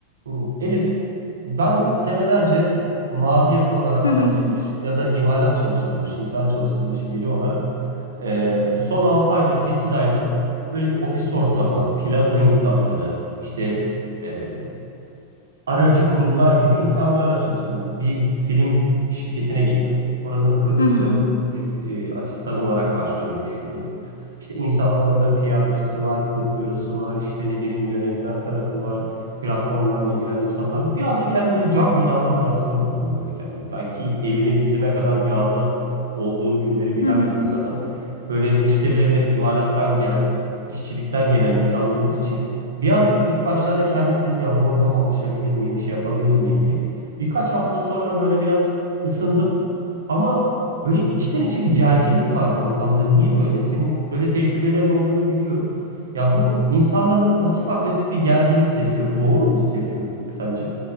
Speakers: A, on the right; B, on the left.
A: Hmm, Elif, ben senelerce mavi yaka olarak
B: Hı hı.
A: çalışmış ya da imalat çalıştırmış, insan çalıştırmış biri olarak eee, bu son 6 ayda, 8 ayda böyle bir ofis ortamı, plaza insanları, işte e, aracı kurumlar gibi insanlarla çalıştım. Bir film şirketine gittim. Oranın prodüksiyon
B: Hı hı.
A: diz- e, asistanı olarak başlamayı düşünüyordum. İşte insanlar orada PR'cısı var, hukuk bürosu var, işte ne bileyim yönetmen tarafı var, platformlarla ilgilenen insanlar. Bir anda kendimi böyle cam binaların arasında buldum böyle kendimi. Belki elime dizime kadar yağda olduğu günleri bilen
B: Hı hı.
A: bir insanım. Böyle müşterilerim hep imalattan gelen, işçilikten gelen insanlar olduğu için bir an ilk başlarda kendimi dedim ya bu ortama alışabilir miyim, şey yapabilir miyim diye. Birkaç hafta sonra böyle biraz ısındım. Ama böyle içten içe bir gerginlik var bu ortamda. Niye böyle? Senin böyle tecrübelerin olduğunu biliyorum. Ya bu insanlarda bir pasif agresif bir gerginlik seziyorum. Doğru mu hissediyorum sence?